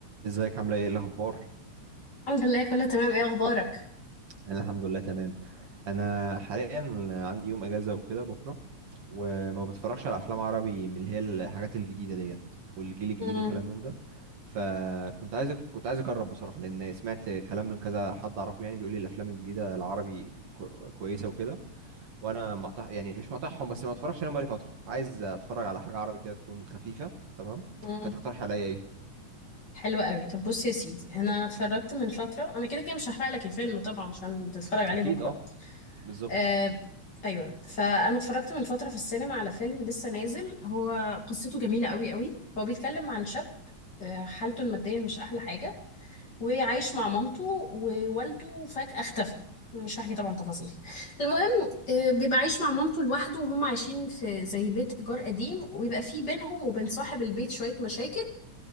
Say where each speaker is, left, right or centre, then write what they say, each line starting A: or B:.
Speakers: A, on the right; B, on the left.
A: ازيك عامله ايه إيه الاخبار
B: الحمد لله كله تمام ايه اخبارك
A: انا الحمد لله تمام انا حاليا عندي يوم اجازه وكده بكره وما بتفرجش على افلام عربي من اللي هي الحاجات الجديده ديت والجيل الجديد
B: امم
A: وكلام من ده فكنت عايز كنت عايز اجرب بصراحه لان سمعت كلام من كذا حد اعرفه يعني بيقول لي الافلام الجديده العربي كو- كويسه وكده وانا مقطع يعني مش مقطعهم بس ما اتفرجش عليهم بقالي فتره فعايز اتفرج على حاجه عربي كده تكون خفيفه تمام
B: امم
A: فتقترح عليا ايه
B: حلو قوي طب بص يا سيدي انا اتفرجت من فتره انا كده كده مش هحرق لك الفيلم طبعا عشان تتفرج عليه
A: اكيد
B: بكره
A: اه بالظبط
B: آه ايوه فانا اتفرجت من فتره في السينما على فيلم لسه نازل هو قصته جميله قوي قوي هو بيتكلم عن شاب آه، حالته الماديه مش احلى حاجه وعايش مع مامته ووالده فجأة اختفى مش هحكي طبعا تفاصيل المهم آه، بيبقى عايش مع مامته لوحده وهم عايشين في زي بيت إيجار قديم ويبقى في بينهم وبين صاحب البيت شوية مشاكل